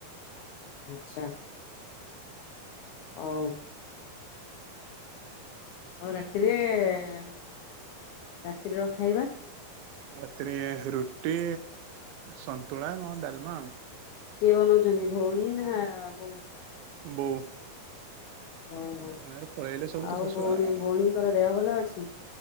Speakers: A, on the left; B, on the right.
A: ଆଚ୍ଛା ହଉ। ଆଉ ରାତିରେ ଏଁ ରାତ୍ରି ର ଖାଇବା?
B: ରାତିରେ ରୁଟି, ସନ୍ତୁଳା ଓ ଡ଼ାଲମା ଆଉ।
A: କିଏ ବନଉଛନ୍ତି ଭଉଣୀ ନା ବୋଉ?
B: ବଉ।
A: ଓହୋ
B: ଭଉଣୀମାନେ ପଳେଇଲେ ଶାଶୁ
A: ଆଉ
B: ତ
A: ଭଉଣୀ ଭଉଣୀଙ୍କର ଦେହ ଭଲ ଅଛି